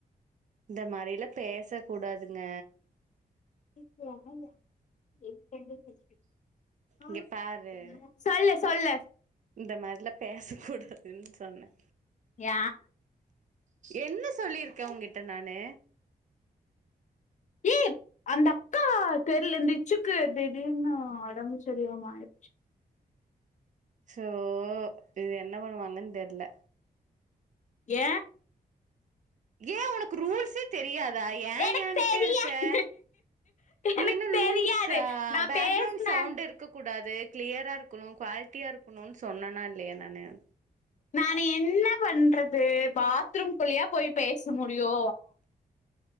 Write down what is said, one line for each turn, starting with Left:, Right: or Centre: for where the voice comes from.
Right: இந்த மாரிலா பேச கூடாதுங்க
Left: திருப்பியா ஆன என் பண்றது ஆ
Right: இங்க பாரு
Left: <unintelligible> சொல்லு சொல்லு
Right: இந்த மாரிலா பேச கூடாதுன் சொன்ன
Left: ஏ
Right: என்ன சொல்லிருக்க உன்கிட்ட நானு
Left: ஏ அந்த அக்கா தெரில அந்த இச்சுக்கு திடீர்னு உடம்புச்சரியாம ஆய்டு
Right: ஸோ இது என்ன பண்ணுவாங்கன்னு தெர்ல
Left: ஏ
Right: ஏ உனக்கு ரூல்சே தெரியாதா ஏ
Left: எனக்கு
Right: ஏன்ட்டே
Left: தெரியாது
Right: இருக்க நீ
Left: எனக்கு
Right: என்ன லூஸ்சா
Left: தெரியாது நான்
Right: பாக்கரவுன்ட்
Left: பேசினேன்
Right: சவுண்ட் இருக்க கூடாது கிளியராக இருக்கணு குவாலிட்டியா இருக்கணுன் சொன்னனா இல்லயா நானு
Left: நானு என்ன பண்றது பாத்ரூம் குள்ளயா போய் பேச முடியு